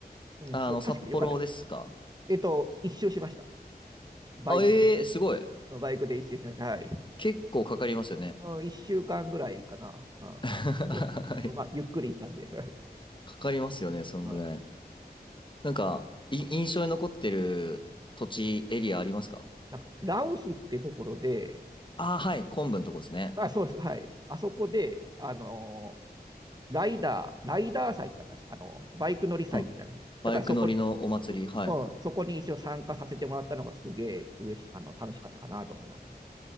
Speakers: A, on the right (about 25°); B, on the left (about 30°).
A: うん、
B: あの、
A: それ確かに良かったです。
B: 札幌ですか
A: えっと、一周しました。バイクで。
B: あ、ええすごい。
A: バイクで一周しました。はい。
B: 結構かかりますよね。
A: うん、1週間ぐらいかな。う
B: <laughs> はい
A: ん <laughs> まあ、ゆっくり行ったんで。<laughs>
B: かかりますよね、そんぐらい。
A: うん
B: なんか、い印象に残ってる土地、エリアありますか
A: なんかラオスってところで、
B: ああ、はい、昆布のとこですね。
A: あ、そうです、はい。あそこで、あのーライダー、ライダー祭ってあったんですよ。あの、バイク乗り祭みたいな。
B: あ、バイク乗りのお祭り、
A: だからそこに、う
B: はい。
A: うん、そこに一応参加させてもらったのがすげえ嬉し、あの、楽しかったかなと思いますね。